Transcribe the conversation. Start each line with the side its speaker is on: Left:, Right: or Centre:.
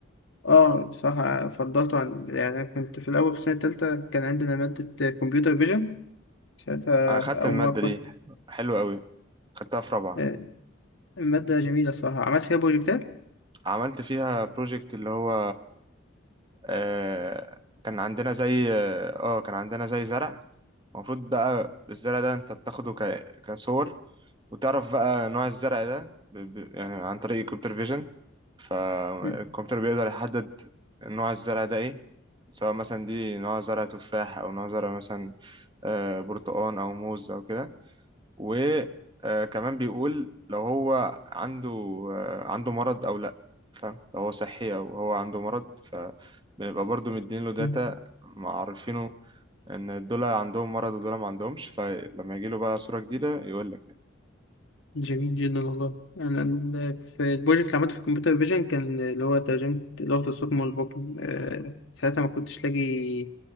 Left: اه بصراحة فضلته عن يعني أنا كنت في الأول في السنة التالتة كان عندنا مادة كمبيوتر فيجن ساعتها
Right: انا خدت
Left: أول
Right: الماده
Left: ما كنت
Right: دي حلوه قوي خدتها في رابعه
Left: آه، المادة جميلة الصراحة عملت فيها بروجكتات
Right: عملت فيها بروجكت اللي هو آه، كان عندنا زي اه آه، كان عندنا زي زرع المفروض بقى بالزرع ده انت بتاخده ك... كصور وتعرف بقى نوع الزرع ده ب... ب... يعني عن طريق الكمبيوتر فيجن فالكمبيوتر
Left: م-
Right: بيقدر يحدد نوع الزرع ده ايه سواء مثلا دي نوع زرع تفاح او نوع زرع مثلا آه، برتقال او موز او كده وكمان بيقول لو هو عنده آه، عنده مرض او لا فاهم لو هو صحي او هو عنده مرض فبنبقى برضو مدين له داتا
Left: م.
Right: معرفينه ان دول عندهم مرض ودول ما عندهمش فلما يجي له بقى صورة جديدة يقول لك يعني
Left: جميل جدا والله أنا ال- في البروجكت اللي عملته في الكمبيوتر فيجن كان اللي هو ترجمة لغة الصم والبكم آه، ساعتها ما كنتش لاقي